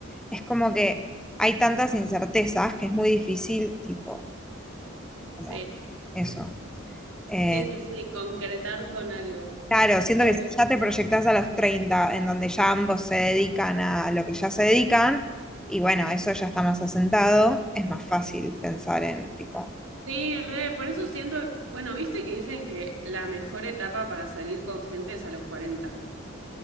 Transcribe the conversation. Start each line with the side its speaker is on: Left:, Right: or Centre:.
Centre: es como que hay tantas incertezas que es muy difícil, tipo, como
Right: Sí,
Centre: eso. Eh,
Right: sí, sí, sí, concretar con algo.
Centre: Claro, siento
Right: Eh,
Centre: que si ya te proyectás a los 30, en donde ya ambos se dedican a lo que ya se dedican, y bueno, eso ya está más asentado, es más fácil pensar en tipo,
Right: sí, re, por eso siento, bueno, viste que dicen que la mejor etapa para salir con gente es a los cuarenta.